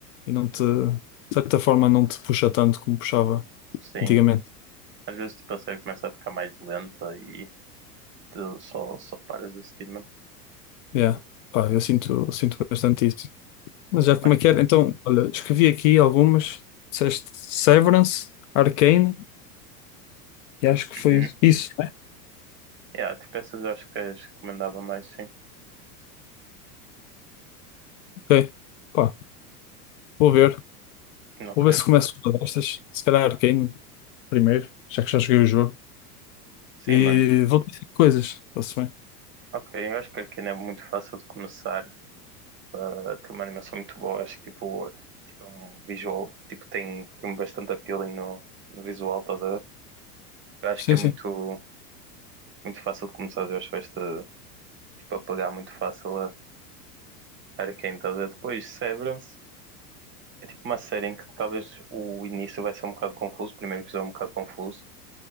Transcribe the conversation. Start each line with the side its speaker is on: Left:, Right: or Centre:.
Left: e não te, de certa forma, não te puxa tanto como puxava
Right: Sim.
Left: antigamente.
Right: Às vezes, tipo, a série começa a ficar mais lenta e tu só, só paras de assistir mesmo.
Left: Yeah. Pá, eu sinto, sinto bastante isso. Mas já como
Right: Mano.
Left: é que era? Então, olha, escrevi aqui algumas, disseste Severance, Arcane e acho que foi
Right: Uhum.
Left: isso, né?
Right: Yeah, tipo, essas eu acho que as recomendava mais, sim.
Left: Ok. Pá, vou ver.
Right: Ok.
Left: Vou ver se começo com uma destas. Se calhar Arcane primeiro, já que já joguei o jogo.
Right: Sim,
Left: E
Right: mano.
Left: vou ter coisas, está-se bem?
Right: Ok, eu acho que aqui não é muito fácil de começar para ter uma animação muito boa. Acho que, tipo, tipo, é um visual, tipo, tem, tem bastante appealing no, no visual, estás a ver? Eu acho
Left: Sim,
Right: que é muito.
Left: sim,
Right: muito fácil de começar, eu acho que vais-te tipo, a pegar muito fácil a Arcane, estás a ver? Depois Severance é tipo uma série em que talvez o início vai ser um bocado confuso, o primeiro episódio é um bocado confuso,